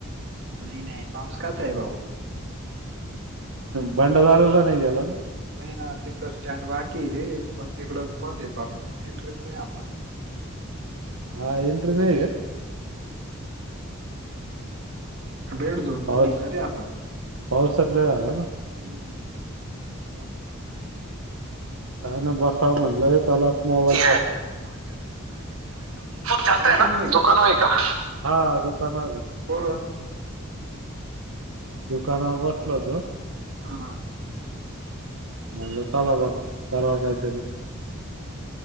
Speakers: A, on the right; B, on the right.
A: नाही नाही पाऊस कसा आहे. भाऊ
B: भंडारदरा ला नाही गेला.
A: नाही ना तिकडं स्टँड बाकी रे पण तिकडं बंद आहे पार एंटरेस नाही आता
B: हा इंटरेस्ट जाईल
A: रेड झोन
B: पाऊस
A: मध्ये येणारे आता ते हम्म
B: पावसातला झाला ना काय ना बस म्हणलं चला मोबाईल चालतंय
A: दुकान
B: ना
A: आहे
B: दुकानावर आहे का? हा दुकानावर
A: पोरं.
B: दुकानावर बसलो होतो.
A: हा
B: म्हणलं चला बो करावं काहीतरी